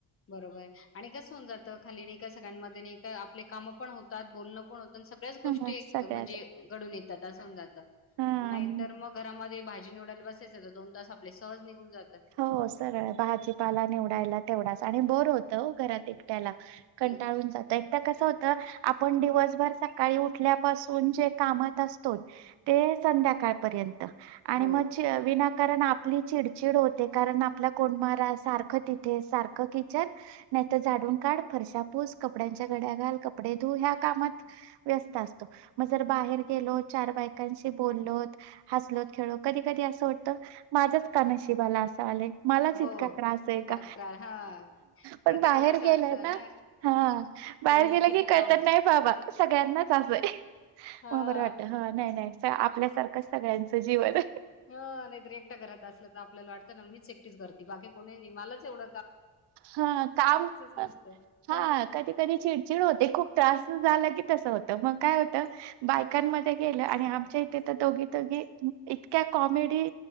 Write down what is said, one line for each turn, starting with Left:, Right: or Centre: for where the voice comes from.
Left: बरोबर आहे. आणि कसं होऊन जातं खाली नाही का सगळ्यांमध्ये नाही का आपले काम पण होतात बोलणं पण हो पण सगळ्याच गोष्टी
Right: हा,
Left: एक
Right: सगळ्याच
Left: महणजे गडून येतात. तसं होऊन जात
Right: हा
Left: नाहीतर मग घरामध्ये भाजी, नूडल <unintelligible> दोन तास आपले सहज निघून जातात
Right: हो सरळ भाजीपाला निवडायला तेवढाच आणि बोर होतं घरात एक ट्याला कंटाळून
Left: एक
Right: जातं एक तर कसं तर आपण दिवसभर सकाळी उठल्यापासून जे कामात असतो ते संध्याकाळपर्यंत आणि
Left: हो
Right: म च विना ण आपली चिड ड होते कारण आपला कों मार सारखं तिथे सार किच नाहीर झाडून काढ फरशापूस कपड्यांच्या गड्या घाल कपडे धू ह्या कामात व्यस्त असतो मग जर बाहेर गेलो चार बायकांशी बोललोत हसलोत खेळो कधी कधी असं वाटत माझ का नशिबाला असं आले मलाच
Left: हो
Right: इतका त्रास आहे
Left: करता
Right: का
Left: हा
Right: पण
Left: प्रत्येकाला
Right: बाहेर
Left: असं
Right: गेलं
Left: वाटतं
Right: ना हा बाहेर
Left: कि
Right: गेलं
Left: किती
Right: की कळत
Left: काम
Right: नाही बाबा सगळ्यांनाच असंय
Left: हां,
Right: म बरं वाटत ह नाही नाही आपल्यासारखं सगळ्यांचं जीवन
Left: ह नाहीतर एकट्या घरात असलं तर आपल्याला वाटतं ना मीच एकटी करते बाकी कोणी नाही मला तेवढ
Right: हा काम
Left: नसतं.
Right: हा
Left: हां,
Right: कधी कधी चिडचिड होते खूप त्रास झाला की तस होत मग काय होत बायकांमध्ये गेलं आणि आमच्या इथे तर दोघी तिघी इतक्या कॉमेडी